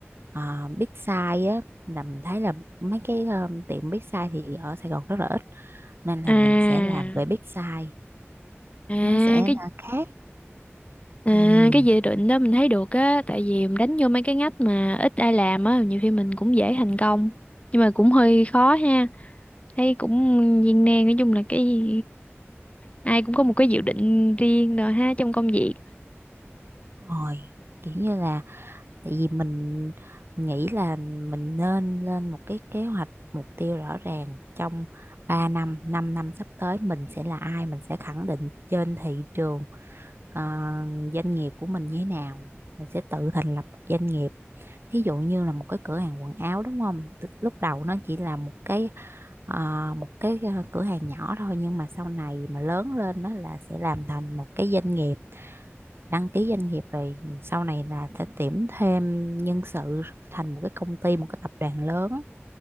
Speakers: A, on the right (about 55°); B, on the left (about 30°).
A: Ờ, Big Size á là mình thấy là mấy cái ờ, tiệm Big Size thì ở Sài Gòn rất là ít nên là
B: à
A: mình sẽ làm về Big Size
B: à
A: nó sẽ
B: cái
A: là khác
B: à,
A: ừ,
B: cái dự định đó mình thấy được á tại vì mình đánh vô mấy cái ngách mà ít ai làm á nhiều khi mình cũng dễ thành công nhưng mà cũng hơi khó ha thấy cũng viên nan nói chung là cái ai cũng có một cái dự định riêng rồi ha trong công việc
A: đúng rồi kiểu như là tại vì mình nghĩ là mình nên lên một cái kế hoạch mục tiêu rõ ràng trong 3 năm 5 năm sắp tới mình sẽ là ai mình sẽ khẳng định trên thị trường ờ, doanh nghiệp của mình như thế nào mình sẽ tự thành lập một doanh nghiệp thí dụ như là một cái cửa hàng quần áo đúng không Tức lúc đầu nó chỉ là một cái ờ, một cái ờ, cửa hàng nhỏ thôi nhưng mà sau này mà lớn lên nó là sẽ làm thành một cái doanh nghiệp đăng ký doanh nghiệp rồi sau này là sẽ tuyển thêm nhân sự thành một cái công ty một cái tập đoàn lớn